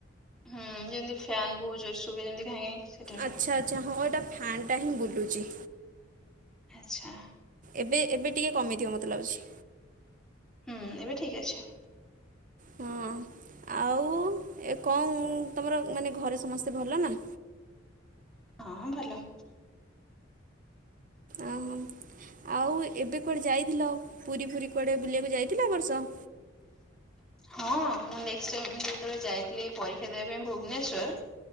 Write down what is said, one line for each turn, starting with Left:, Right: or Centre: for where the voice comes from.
Centre: ହୁଁ ଯେନ୍ତି ଫ୍ୟାନ୍ ବହୁ ଜୋରେ ଶୁବେ ଯେମତି ଘାଇଁ ଘାଇଁ ସେ ଟାଇପ ର।
Right: ଆଚ୍ଛା ଆଚ୍ଛା ହଁ ଏଟା ଫ୍ୟାନ୍ ଟା ହିଁ ବୁଲୁଚି।
Centre: ଆଚ୍ଛା।
Right: ଏବେ ଏବେ ଟିକେ କମିଥିବ ମତେ ଲାଗୁଛି।
Centre: ହୁଁ ଏବେ ଠିକ ଅଛି।
Right: ହଁ ଆଉ ଏ କଣ ତମର ମାନେ ଘରେ ସମସ୍ତେ ଭଲ ନା?
Centre: ହଁ ଭଲ।
Right: ଓହୋ ଆଉ ଏବେ କୁଆଡ଼େ ଯାଇଥିଲ ପୁରୀ ଫୁରୀ କୁଆଡ଼େ ବୁଲିବାକୁ ଯାଇଥିଲ ବର୍ଷ?
Centre: ହଁ ମୁଁ ନେଷ୍ଟ ଟାଇମ ଯେତବଳେ ଯାଇଥିଲି ପରୀକ୍ଷା ଦେବା ପାଇଁ ଭୁବନେଶ୍ବର